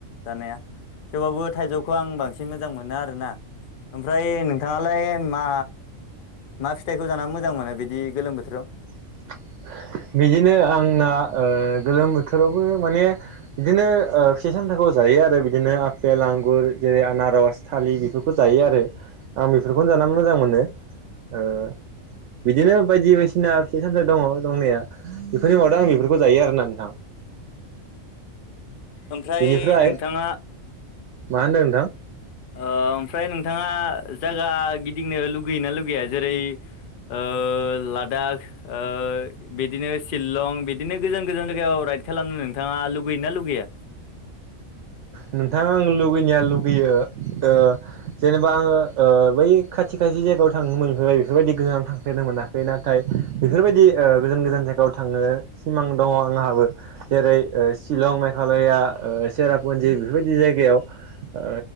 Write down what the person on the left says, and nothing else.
जानाया थेवबाबो थाइजौखौ आं बांसिन मोजां मोनो आरोना ओमफ्राय नोंथाङालाय मा ना फिथाइखौ जानानै मोजां मोनो बिदि गोलोम बोथोराव
ओमफ्राय
नोंथाङा
ओमफ्राय नोंथाङा जागा गिदिंनो लुगैयोना लुगैया जेरै- ओ लादाख ओ बिदिनो सिलं बिदिनो गोजान गोजान जायगायाव <unintelligible> <unintelligible> नोंथाङा लुगैयोना लुगैया?